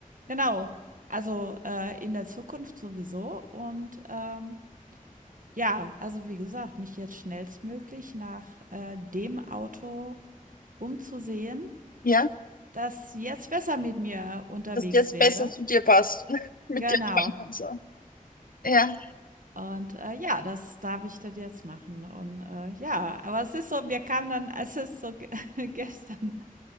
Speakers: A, on the right; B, on the left.
A: Genau. Also, äh, in der Zukunft sowieso und, ähm, ja, also, wie gesagt, mich jetzt schnellstmöglich nach, äh, dem Auto umzusehen,
B: Ja,
A: das jetzt besser mit mir unterwegs
B: dass dir jetzt
A: wäre.
B: besser zu dir passt. <laughs> Mit
A: Genau.
B: dir kann und so. Ja.
A: Und, äh, ja, das darf ich das jetzt machen und, äh, ja, aber es ist so mir kam dann, <laughs> als es so ge <laughs> gestern